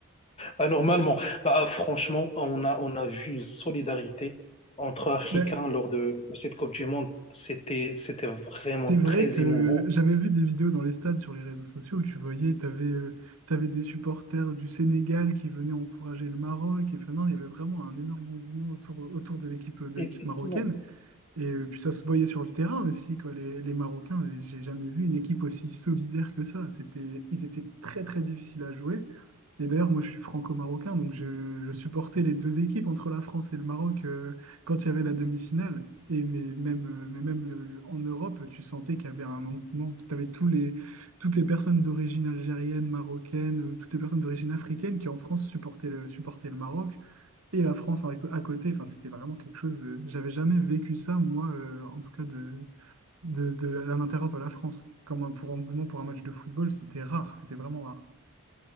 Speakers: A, on the left; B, on the right.
A: Bah, normalement, bah, franchement, on a, on a vu une solidarité entre Africains
B: Ben,
A: lors de, de cette Coupe du Monde. C'était, c'était vraiment
B: C'est
A: très
B: vrai que
A: émouvant.
B: j'avais vu des vidéos dans les stades sur les réseaux sociaux où tu voyais, tu avais, des supporters du Sénégal qui venaient encourager le Maroc. Et enfin, non, il y avait vraiment un énorme engouement autour, autour de l'équipe de
A: Effectivement.
B: l'équipe marocaine. Et euh, puis ça se voyait sur le terrain aussi, quoi, les, les Marocains. et J'ai jamais vu une équipe aussi solidaire que ça. C'était, ils étaient très très difficiles à jouer. Et d'ailleurs, moi je suis franco-marocain, donc je, je supportais les deux équipes entre la France et le Maroc euh, quand il y avait la demi-finale. Et mais même, euh, mais même le- le- en Europe, tu sentais qu'il y avait un engouement. Tu avais tous les, toutes les personnes d'origine algérienne, marocaine, euh, toutes les personnes d'origine africaine qui en France supportaient le, supportaient le Maroc et la France avec- à côté. Enfin, c'était vraiment quelque chose. euh, j'avais jamais vécu ça, moi, euh, en tout cas, de, de, de- à l'intérieur de la France. Comme un- pour engouement pour un match de football, c'était rare. C'était vraiment rare.